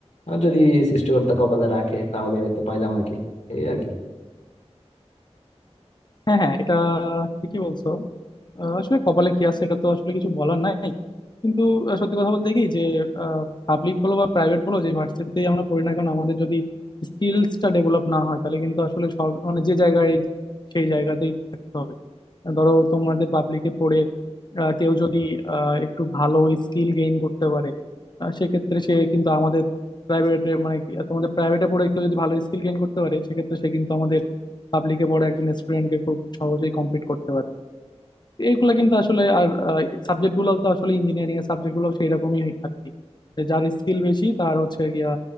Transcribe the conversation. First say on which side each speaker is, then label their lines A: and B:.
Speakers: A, on the left; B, on the left.
A: আহ, যদি সৃষ্টিকর্তা কপালে রাখে তাহলে হয়তো পাইলাম আর কি এই আর কি
B: হ্যাঁ হ্যাঁ এটা ঠিকই বলছো আহ আসলে কপালে কি আছে এটা তো আসলে কিছু বলার নাই কিন্তু আহ, সত্যি কথা বলতে কি যে পাবলিক বলো বা প্রাইভেট বলো যে ভার্সিটিতেই আমরা পড়ি না কেন আমাদের যদি স্কিলসটা ডেভেলপ না হয় তাহলে কিন্তু আসলে সব মানে যে জায়গায় সেই জায়গাতেই থাকতে হবে ধরো তোমাদের পাবলিকে পড়ে আহ, কেউ যদি আহ, একটু ভালো স্কিল গেইন করতে পারে আহ, সেক্ষেত্রে সে কিন্তু আমাদের প্রাইভেটে মানে কি, আহ, তোমাদের প্রাইভেটে পড়ে কেউ যদি ভালো স্কিল গেইন করতে পারে সেক্ষেত্রে সে কিন্তু আমাদের পাবলিকে পড়ে একজন স্টুডেন্টকে খুব সহজেই কম্পিট করতে পারে এগুলা কিন্তু আসলে আর সাবজেক্ট গুলো তো আসলে ইঞ্জিনিয়ারিং এর সাবজেক্ট গুলো সেই রকমই আর কি যে যার স্কিল বেশি তার হচ্ছে গিয়া